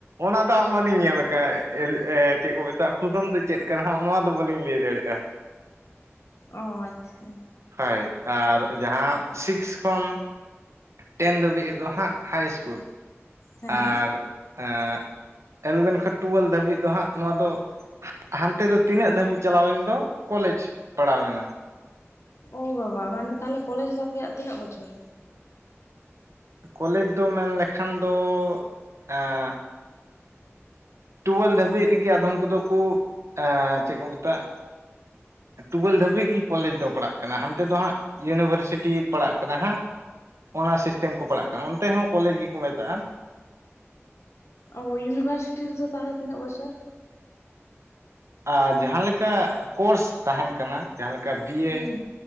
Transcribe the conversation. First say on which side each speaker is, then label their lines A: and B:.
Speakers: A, on the right; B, on the left.
A: ᱚᱱᱟ ᱫᱚ ᱦᱟᱸᱜ ᱵᱟᱹᱞᱤᱧ ᱧᱮᱞ ᱠᱟᱜ ᱮᱞ ᱮ ᱪᱮᱜ ᱠᱩ <inaudible> ᱯᱷᱩᱞᱯᱷᱨᱚᱢ ᱫᱚ ᱪᱮᱫ ᱠᱟᱱᱟ ᱦᱟᱸᱜ <inaudible> ᱱᱚᱣᱟ ᱫᱚ ᱵᱟᱹᱞᱤᱧ ᱞᱟᱹᱭ ᱫᱟᱲᱮᱭᱟᱜᱼᱟ᱾
B: ᱚᱸ ᱟᱪᱪᱷᱟ᱾
A: ᱦᱳᱭ ᱟᱨ ᱡᱟᱸᱦᱟᱸ ᱥᱤᱠᱥ ᱠᱷᱚᱱ ᱴᱮᱱ ᱫᱷᱟᱹᱵᱤᱡ ᱫᱚ ᱦᱟᱸᱜ ᱦᱟᱭ ᱤᱥᱠᱩᱞ
B: ᱦᱮᱸ
A: ᱟᱨ ᱮᱸᱜ ᱮᱞᱵᱷᱮᱱ ᱠᱷᱚᱡ ᱴᱩᱭᱮᱞᱵᱷ ᱫᱷᱟᱹᱵᱤᱡ ᱫᱚ ᱦᱟᱸᱜ ᱱᱚᱣᱟ ᱫᱚ ᱦᱟᱱᱛᱮ ᱫᱚ ᱛᱤᱱᱟᱹᱜ ᱫᱷᱟᱹᱵᱤᱡ ᱪᱟᱞᱟᱣᱮᱱ ᱫᱚ ᱠᱚᱞᱮᱡᱽ ᱯᱟᱲᱟᱣᱮᱱᱟ᱾
B: ᱳ ᱵᱟᱵᱟ ᱢᱟᱱᱮ ᱛᱟᱦᱞᱮ ᱠᱚᱞᱮᱡᱽ ᱫᱚ ᱟᱯᱮᱭᱟᱜ ᱛᱤᱱᱟᱹᱜ ᱵᱚᱪᱷᱚᱨ?
A: ᱠᱚᱞᱮᱡᱽ ᱫᱚ ᱢᱮᱱ ᱞᱮᱠᱷᱟᱱ ᱫᱚ ᱟᱸ ᱴᱩᱭᱮᱞ ᱫᱷᱟᱹᱵᱤᱡ ᱨᱮᱜᱮ ᱟᱫᱷᱚᱢ ᱠᱩᱫᱩ ᱠᱩ ᱮᱸ ᱪᱮᱫ ᱠᱚ ᱢᱮᱛᱟᱜ ᱴᱩᱭᱮᱞ ᱫᱷᱟᱹᱵᱤᱡ ᱜᱤ ᱠᱚᱞᱮᱡᱽ ᱫᱚ ᱯᱟᱲᱦᱟᱜ ᱠᱟᱱᱟ ᱦᱟᱱᱛᱮ ᱫᱚ ᱦᱟᱸᱜ ᱤᱭᱩᱱᱤᱵᱷᱟᱨᱥᱤᱴᱤ ᱯᱟᱲᱟᱜ ᱠᱟᱱᱟ ᱦᱟᱸᱜ ᱚᱱᱟ ᱥᱤᱥᱴᱮᱢ ᱠᱚ ᱯᱟᱲᱟᱜ ᱠᱟᱱᱟ, ᱚᱱᱛᱮ ᱦᱚᱸ ᱠᱚᱞᱮᱡᱽ ᱜᱮᱠᱚ ᱢᱮᱛᱟᱜᱼᱟ᱾
B: ᱚ ᱤᱭᱩᱱᱤᱵᱷᱟᱨᱥᱤᱴᱤ ᱨᱮᱫᱚ ᱛᱟᱦᱚᱞᱮ ᱛᱤᱱᱟᱹᱜ ᱵᱚᱪᱷᱚᱨ?
A: ᱟ ᱡᱟᱦᱟᱸ ᱞᱮᱠᱟ ᱠᱳᱨᱥ ᱛᱟᱦᱮᱱ ᱠᱟᱱᱟ, ᱡᱟᱦᱟᱸ ᱞᱮᱠ ᱠᱟ ᱵᱤᱭᱮ,
B: ᱦᱩᱸ